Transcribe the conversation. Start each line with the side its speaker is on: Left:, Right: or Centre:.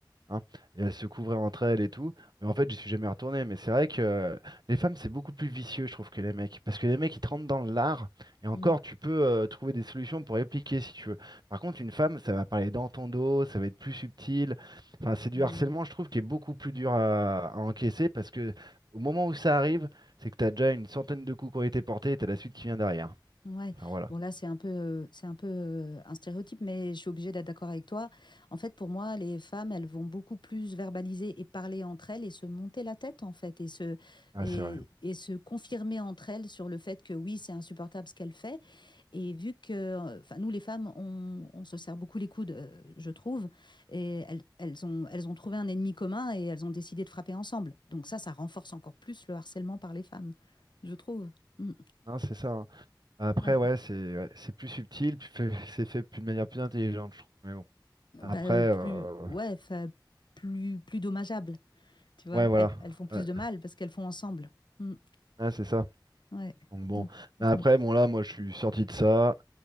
Right: hein, et elles se couvraient entre elles et tout. Mais en fait, j'y suis jamais retourné. Mais c'est vrai que euh, les femmes, c'est beaucoup plus vicieux, je trouve, que les mecs. Parce que les mecs, ils te rentrent dans l'art, et encore,
Left: Mm,
Right: tu peux euh, trouver des solutions pour répliquer si tu veux. Par contre, une femme, ça va parler dans ton dos, ça va être plus subtil. Enfin, c'est du
Left: mm.
Right: harcèlement, je trouve, qui est beaucoup plus dur à, à encaisser parce que au moment où ça arrive, c'est que tu as déjà une centaine de coups qui ont été portés et tu as la suite qui vient derrière.
Left: Ouais.
Right: Enfin, voilà.
Left: Bon, là, c'est un peu, euh, c'est un peu euh, un stéréotype, mais je suis obligée d'être d'accord avec toi. En fait, pour moi, les femmes, elles vont beaucoup plus verbaliser et parler entre elles et se monter la tête, en fait, et se,
Right: Ah,
Left: et,
Right: c'est vrai.
Left: et se confirmer entre elles sur le fait que oui, c'est insupportable ce qu'elle fait. Et vu que, enfin, nous les femmes, on, on se serre beaucoup les coudes, euh, je trouve, et elles, elles ont, elles ont trouvé un ennemi commun et elles ont décidé de frapper ensemble. Donc ça, ça renforce encore plus le harcèlement par les femmes, je trouve. Mm.
Right: Non, c'est ça. hein. Après,
Left: Ouais.
Right: ouais, c'est ouais, c'est plus subtil, plus fait- <laughs> c'est fait plus- de manière plus intelligente, je trouve. Mais bon.
Left: Bah,
Right: Après,
Left: euh, plus,
Right: heu,
Left: ouais, enfin, plus, plus dommageable, tu vois.
Right: ouais, voilà.
Left: Elles, elles font plus
Right: Ouais,
Left: de mal parce qu'elles font ensemble. Mm.
Right: ouais, c'est ça.
Left: Ouais.
Right: Donc bon,
Left: Donc, bon.
Right: mais après, bon là, moi, je suis sorti de ça.